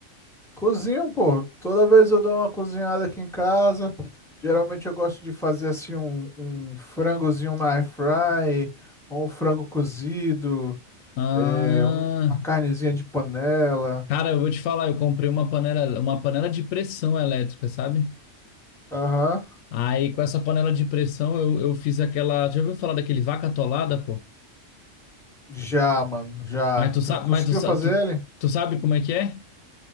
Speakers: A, in the centre; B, on the left.
A: Cozinho, pô. Toda vez eu dou uma cozinhada aqui em casa. Geralmente eu gosto de fazer assim um, um frangozinho na air fry, ou um frango cozido,
B: Ah,
A: é, um- uma carnezinha de panela.
B: cara, eu vou te falar, eu comprei uma panela, uma panela de pressão elétrica, sabe?
A: Aham.
B: Aí, com essa panela de pressão, eu, eu fiz aquela. Já ouviu falar daquele vaca atolada, pô?
A: Já, mano, já.
B: Mas tu sabe,
A: Tu conseguiu
B: mas tu, sa-
A: fazer
B: tu,
A: ele?
B: tu sabe como é que é?